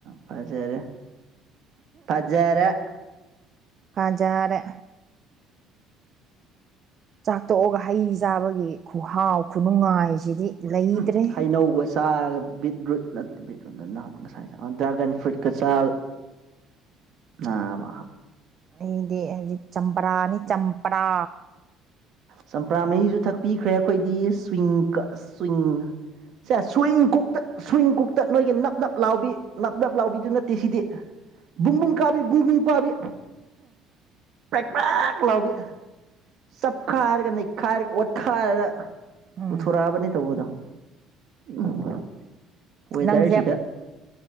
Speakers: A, on the right; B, on the right.
A: ꯄꯖꯔ ꯄꯖꯔ
B: ꯍꯥꯖꯥꯔꯦ ꯆꯥꯛꯇꯣꯛꯑꯒ ꯍꯩ ꯆꯥꯕꯒꯤ ꯈꯨꯍꯥꯎ ꯈꯨꯅꯨꯡꯉꯥꯏꯁꯤꯗꯤ ꯂꯩꯇ꯭ꯔꯦ
A: ꯎꯝ ꯍꯩꯅꯧꯒꯁꯦ ꯆꯥ ꯠ ꯔꯨ ꯅ ꯠ ꯔꯨꯠꯅ ꯅꯍꯥꯟꯜ ꯁꯥꯥꯏ ꯗ꯭ꯔꯥꯒꯟ ꯐ꯭ꯔꯨꯠꯀ ꯆꯥ ꯑ
B: ꯑꯩꯗꯤ ꯍꯧꯖꯤꯛ ꯆꯝꯄꯔꯥꯅꯤ ꯆꯝꯄꯔꯥ
A: ꯆꯝꯄ꯭ꯔꯥ ꯃꯍꯤꯁꯨ ꯊꯛꯄꯤꯈ꯭ꯔꯦ ꯑꯩꯈꯣꯏꯗꯤ ꯁ꯭ꯋꯤꯡ ꯀ ꯁ꯭ꯋꯤꯡ ꯆ ꯁ꯭ꯋꯤꯡ ꯀꯨꯛ ꯁ꯭ꯋꯤꯡ ꯀꯨꯛꯇ ꯅꯣꯏꯒꯤ ꯅꯞ ꯅꯞ ꯂꯥꯎꯕꯤ ꯅꯞ ꯅꯞ ꯂꯥꯎꯕꯤꯗꯨ ꯅꯠꯇꯦ ꯁꯤꯗꯤ ꯨꯡꯕꯨꯡ ꯀꯥꯕꯤ ꯨꯡꯕꯨꯡ ꯄꯥꯕꯤ ꯄꯦꯛ ꯄꯛ ꯂꯥꯎꯕꯤ ꯆꯞꯈꯥꯏꯔꯒ ꯅꯩꯈꯥꯏꯔꯒ ꯑꯣꯠꯈꯥꯏꯔꯒ
B: ꯎꯝ
A: ꯄꯨꯊꯣꯔꯛꯑꯕꯅꯤ ꯇꯧꯕꯗꯣ ꯎꯝ ꯋꯦꯗꯔꯁꯤꯗ
B: ꯅꯪꯁꯦ